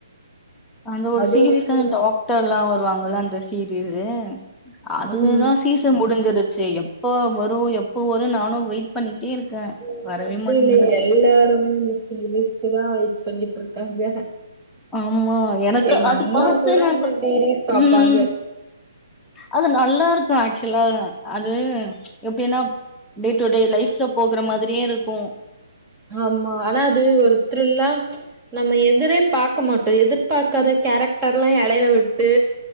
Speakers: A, in the centre; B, on the right (about 20°).
A: அந்த ஒரு
B: அதுவு
A: சீரியஸான டாக்டர் எல்லாம் வ வாங்க அந்த சீரீஸ் அதுதான்
B: ம்
A: சீசன் முடிஞ்சறது ச்சே எப்ப வரும் எப்போ வரும் நானும் வெயிட் பண்ணிட்டே இருக்கேன்
B: ஹ
A: வரவே
B: அப்ப
A: மாட்டேங்குது.
B: இல்ல எல்லாரும் இதுக்கு தான் வெயிட் பண்ணிட்டு இருக்காங்க
A: ஆமா எனக்கு
B: எங்க
A: அது
B: அம்மா
A: பார்த்த
B: கூட
A: நான
B: அந்த சீரீஸ் பாப்பாங்க
A: ம் அது நல்லா இருக்கு ஆக்சுவலா அது எப்படின்னா டே டு டே லைஃப்ல போக்குற மாதிரியே இருக்கும்
B: ஆமா ஆனா அது ஒரு திருல்லாம் நம்ம எதிரே பார்கக்க மாட்டோம் எதிர்பார்க்காத கேரக்டர் எல்லாம் இடையில விட்டு